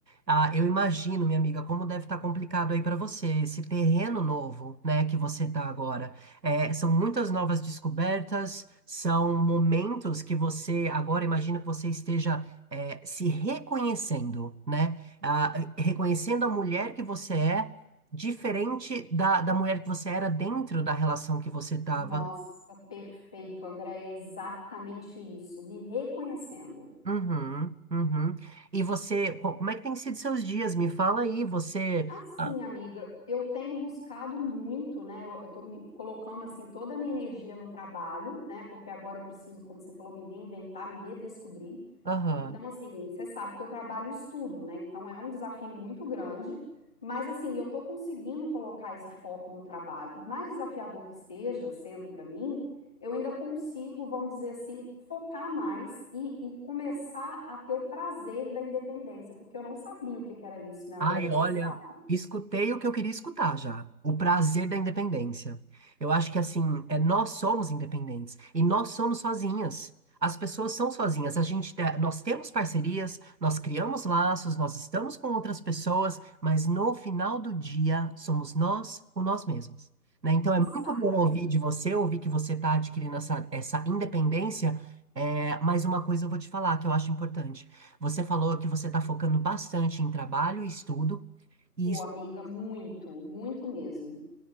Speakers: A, on the right (about 85°); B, in the centre.
A: Ah, eu imagino, minha amiga, como deve estar complicado aí para você, esse terreno novo, né, que você tá agora. É, são muitas novas descobertas, são momentos que você agora imagina que você esteja é, se reconhecendo, né? Ah, reconhecendo a mulher que você é, diferente da, da mulher que você era dentro da relação que você estava.
B: Nossa, perfeito, Andréia, é exatamente isso. Me reconhecendo.
A: Uhum, uhum. E você, co- como é que tem sido seus dias? Me fala aí, você.
B: Assim,
A: Ah,
B: amiga, eu tenho buscado muito, né? Eu, eu tô me colocando assim toda a minha energia no trabalho, né? Porque agora eu preciso, como você falou, me reinventar, me redescobrir.
A: Aham.
B: Então, assim, você sabe que eu trabalho e estudo, né? Então é um desafio muito grande, mas assim, eu tô conseguindo colocar esse foco no trabalho. Por mais desafiador que esteja sendo para mim, eu ainda consigo, vamos dizer assim, focar mais e, e começar a ter o prazer da independência, porque eu não sabia o que que era isso, né, Andréia?
A: Ai, olha,
B: Você sabe.
A: escutei o que eu queria escutar já. O prazer da independência. Eu acho que assim, é, nós somos independentes e nós somos sozinhas. As pessoas são sozinhas. A gente, te- nós temos parcerias, nós criamos laços, nós estamos com outras pessoas, mas no final do dia somos nós com nós mesmos. Né? Então
B: Exatamente.
A: é muito bom ouvir de você, ouvir que você está adquirindo essa, essa independência. É, mas uma coisa eu vou te falar que eu acho importante. Você falou que você está focando bastante em trabalho e estudo, e
B: Pô,
A: isso,
B: amiga, muito, muito mesmo.